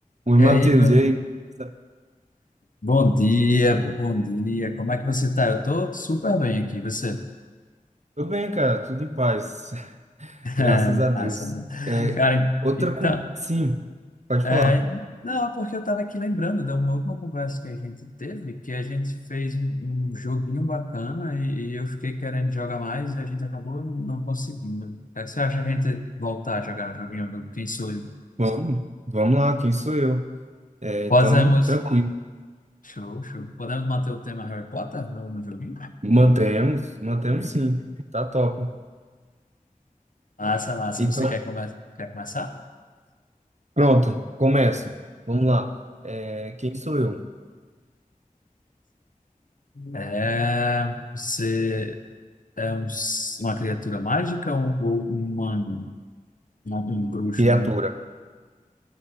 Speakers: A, on the right; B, on the left.
A: Oi,
B: E
A: Matheus,
B: aí, meu...
A: e aí? beleza?
B: bom dia, bom dia. Como é que você tá? Eu tô super bem aqui. Você?
A: Tô bem, cara, tudo em paz, <laughs> graças
B: É,
A: a Deus.
B: Massa.
A: É,
B: Cara,
A: outra
B: então,
A: com... Sim, pode
B: é,
A: falar.
B: não, é porque eu tava aqui lembrando da uma última conversa que a gente teve, que a gente fez um, um joguinho bacana e, e eu fiquei querendo jogar mais e a gente acabou não não conseguindo. O que você acha a gente voltar a jogar o joguinho do Quem Sou Eu?
A: Vamos, vamos lá, quem sou eu? É,
B: Podemos.
A: então, tranquilo.
B: Show, show. Podemos manter o tema Harry Potter no, no joguinho?
A: Mantemos, mantemos sim, tá top.
B: Massa, massa.
A: Então,
B: Você quer, come... quer começar?
A: pronto, começo. Vamos lá. É, quem sou eu?
B: É, você é um s- uma criatura mágica ou ou um humano? Um, um bruxo,
A: Criatura.
B: né?